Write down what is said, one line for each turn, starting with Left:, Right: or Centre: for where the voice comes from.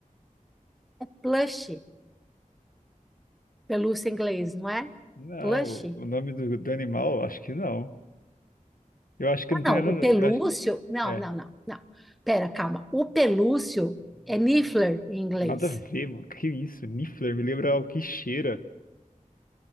Centre: plush, pelúcia em inglês, não é?
Left: Não,
Centre: Plush?
Left: o nome do, do animal, acho que não. Eu acho que
Centre: Ah,
Left: não tem
Centre: não, o
Left: nada,
Centre: pelúcio.
Left: eu acho,
Centre: Não,
Left: é,
Centre: não, não, não. Pera, calma. O pelúcio é niffler em inglês.
Left: nada a ver, mano. Que isso? Niffler me lembra algo que cheira.